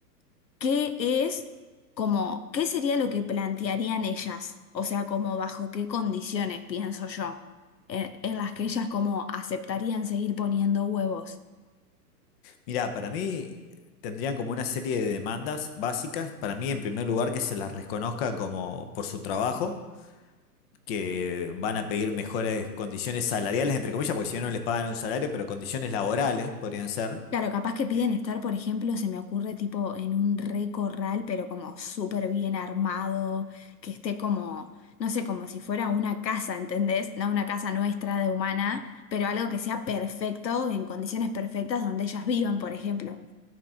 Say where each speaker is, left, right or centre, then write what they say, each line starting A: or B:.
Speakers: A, on the left; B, on the left.
A: ¿qué es como, qué sería lo que plantearían ellas? O sea, como bajo qué condiciones, pienso yo, en, en las que ellas como aceptarían seguir poniendo huevos.
B: Mirá, para mí tendrían como una serie de demandas básicas. Para mí, en primer lugar, que se las reconozca como por su trabajo. que van a pedir mejores condiciones salariales, entre comillas, porque si no no les pagan un salario, pero condiciones laborales podrían ser.
A: Claro, capaz que piden
B: Eh,
A: estar, por ejemplo, se me ocurre tipo en un re corral, pero como súper bien armado, que esté como, no sé, como si fuera una casa, ¿entendés? No una casa nuestra de humana, pero algo que sea perfecto, en condiciones perfectas donde ellas vivan, por ejemplo.